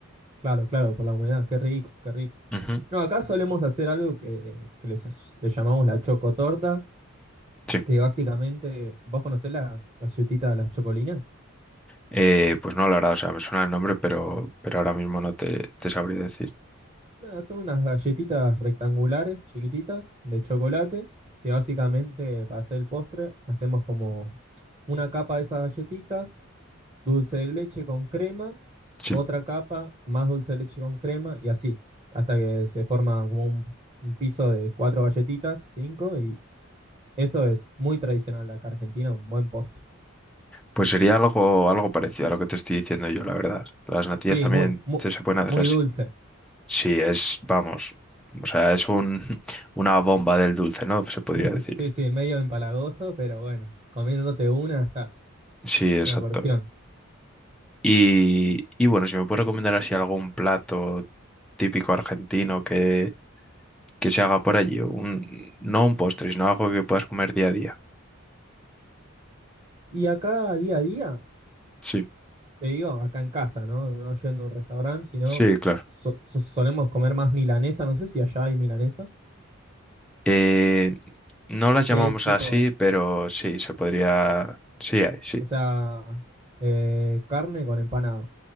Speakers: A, on the right; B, in the centre.
A: claro, claro, por la humedad, qué rico, qué rico.
B: Ujú,
A: No, acá solemos hacer algo que, que les- le llamamos la chocotorta,
B: Sí.
A: que básicamente, ¿vos conocés las galletitas de las chocolinas?
B: Eh, pues no, la verdad, o sea, me suena el nombre, pero, pero ahora mismo no te, te sabría decir.
A: Nada, son unas galletitas rectangulares, chiquititas, de chocolate, que básicamente para hacer el postre hacemos como una capa de esas galletitas, dulce de leche con crema,
B: Sí.
A: otra capa, más dulce de leche con crema y así, hasta que se forma como un, un piso de cuatro galletitas, cinco, y eso es muy tradicional de acá Argentina, un buen postre.
B: Pues sería algo, algo parecido a lo que te estoy diciendo yo, la verdad. Las natillas
A: Sí,
B: también
A: muy, muy,
B: te se pueden hacer
A: muy
B: así.
A: dulce.
B: Sí, es, vamos, o sea, es un, <laughs> una bomba del dulce, ¿no? Se podría
A: <laughs>
B: decir.
A: Sí, sí, medio empalagoso, pero bueno, comiéndote una estás,
B: Sí, exacto.
A: una porción.
B: Y, y bueno, si me puedes recomendar así algún plato típico argentino que, que se haga por allí, un, no un postre, sino algo que puedas comer día a día.
A: Y acá día a día,
B: Sí.
A: te digo, acá en casa, ¿no? No yendo a un restaurante, sino
B: Sí, claro.
A: so- so- solemos comer más milanesa, no sé si allá hay milanesa,
B: Eh, no las llamamos
A: que es tipo,
B: así, pero sí, se podría. Sí, hay, sí.
A: o sea, eh, carne con empanado.